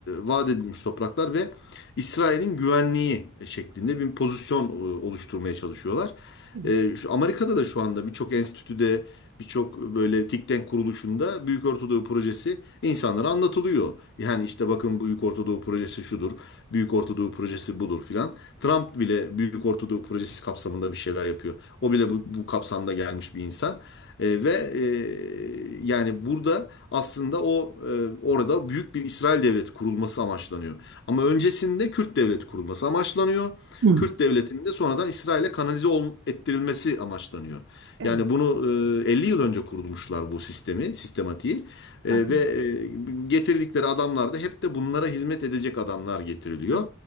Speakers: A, on the left; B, on the right.
A: vaat edilmiş topraklar ve İsrail'in güvenliği şeklinde bir pozisyon e, oluşturmaya çalışıyorlar.
B: Evet.
A: E, şu Amerika'da da şu anda birçok enstitüde, birçok böyle think tank kuruluşunda Büyük Ortadoğu Projesi insanlara anlatılıyor. Yani işte bakın Büyük Ortadoğu Projesi şudur, Büyük Ortadoğu Projesi budur filan. Trump bile Büyük Ortadoğu Projesi kapsamında bir şeyler yapıyor. O bile bu, bu kapsamda gelmiş bir insan. E, ve e, yani burada aslında o e, orada büyük bir İsrail devleti kurulması amaçlanıyor. Ama öncesinde Kürt devleti kurulması amaçlanıyor.
B: Hı.
A: Kürt devletinin de sonradan İsrail'e kanalize ol- ettirilmesi amaçlanıyor.
B: Evet.
A: Yani bunu e, 50 yıl önce kurulmuşlar bu sistemi, sistematiği. E,
B: Ha, ha,
A: ve e, getirdikleri adamlar da hep de bunlara hizmet edecek adamlar getiriliyor
B: ha, ha.